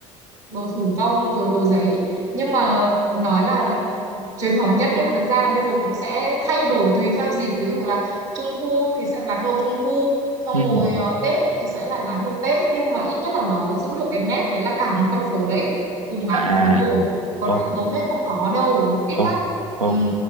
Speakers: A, on the right (about 65°); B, on the right (about 85°).
A: đồ thủ công rồi đồ giấy nhưng mà nói là truyền thống nhất nhưng mà thực ra là bây giờ cũng sẽ thay đổi tùy theo dịp ví dụ là trung thu thì sẽ bán đồ trung thu xong
B: ừ.
A: rồi ờ, tết thì sẽ lại bán đồ tết nhưng mà ít nhất là nó giữ được cái nét đấy là cả một con phố đấy cùng bán
B: à
A: một thứ đồ còn
B: ô
A: lại hầu hết không có đâu ít
B: ô
A: lắm
B: ok
A: ừ.